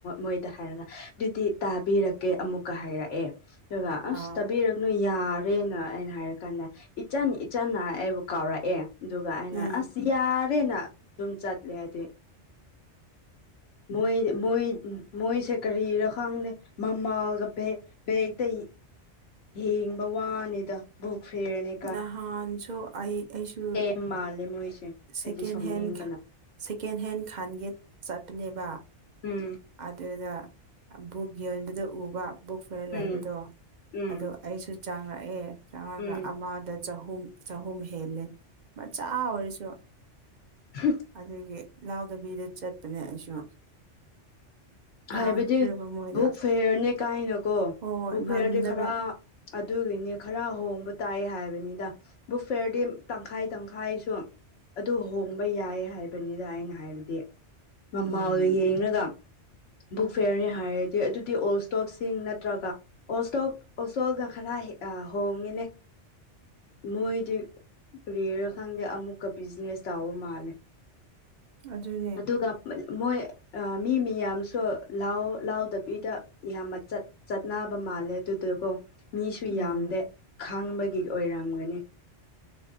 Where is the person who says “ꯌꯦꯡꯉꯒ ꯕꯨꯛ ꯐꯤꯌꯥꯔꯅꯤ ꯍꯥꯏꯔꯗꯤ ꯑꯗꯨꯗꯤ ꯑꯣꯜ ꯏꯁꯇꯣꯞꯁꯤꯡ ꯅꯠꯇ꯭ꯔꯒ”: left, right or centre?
Left